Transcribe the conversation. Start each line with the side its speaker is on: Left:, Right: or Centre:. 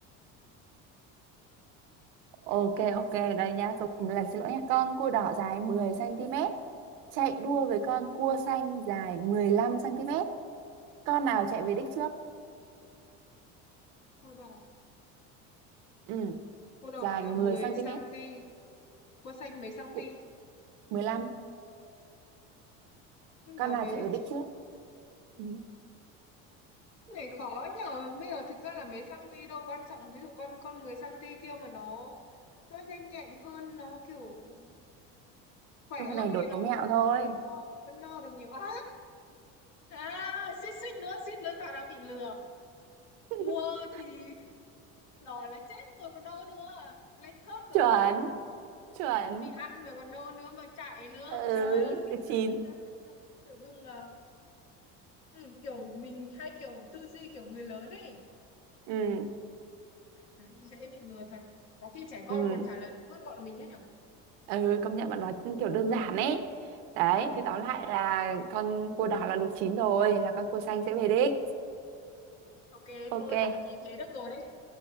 Right: ok, ok. Đây nhá, câu là xin lỗi nhá. Con cua đỏ dài 10 cm chạy đua với con cua xanh dài 15 cm. Con nào chạy về đích trước?
Left: Cô đỏ
Right: Ừ,
Left: Cô đỏ
Right: dài
Left: là
Right: 10
Left: mười xăng
Right: cm,
Left: ti Cô xanh mấy xăng
Right: Cu-
Left: ti
Right: 15.
Left: Thế là
Right: Con nào
Left: về
Right: chạy
Left: đi
Right: về
Left: chứ
Right: đích trước? Ừ.
Left: Cái này khó nhờ Bây giờ thực ra là mấy xăng ti đâu quan trọng Ví dụ con con mười xăng ti kia mà nó Nó nhanh nhẹn hơn Nó kiểu khỏe
Right: Câu
Left: hơn
Right: này
Left: thì
Right: đố
Left: nó vẫn,
Right: mẹo thôi.
Left: vẫn đo Vẫn đo được nhiều À, à suýt suýt nữa suýt nữa tao đã bị lừa
Right: <laughs>
Left: Cua thì Rồi là chết rồi còn đâu nữa Lên thớt rồi
Right: Chuẩn, chuẩn.
Left: Đi ăn rồi còn đâu nữa mà chạy nữa
Right: Ừ,
Left: Trời ơi suýt
Right: 9.
Left: nữa suýt nữa suýt nữa. Tự dưng là ừ, kiểu mình hay kiểu tư duy kiểu người lớn ấy
Right: Ừ,
Left: Đấy, Dễ bị lừa thật Có khi trẻ con
Right: ừ.
Left: còn trả lời đúng hơn bọn mình đấy nhở
Right: ừ công nhận bạn nói kiểu đơn giản ấy đấy
Left: Ừ
Right: thì đó lại là con cua đỏ là luộc chín rồi là con cua xanh sẽ về đích
Left: Ok
Right: ok
Left: thôi rằng gì thế được rồi đấy